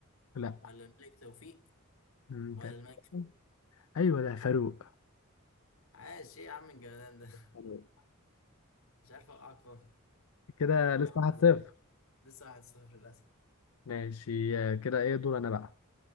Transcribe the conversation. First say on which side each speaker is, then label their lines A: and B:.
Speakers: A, on the left; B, on the left.
A: لا
B: ولا الملك توفيق
A: مم،
B: ولا
A: تقريبا
B: الملك فاروق
A: ايوه ده فاروق
B: عاش ايه يا عم الجمدان ده <laughs>
A: حلو.
B: مش عارف اوقعك خالص
A: كده
B: طب
A: لسه
B: يا
A: واحد
B: عم دور.
A: صفر
B: لسه واحد صفر للاسف
A: ماشي آه، كده ايه دور انا بقى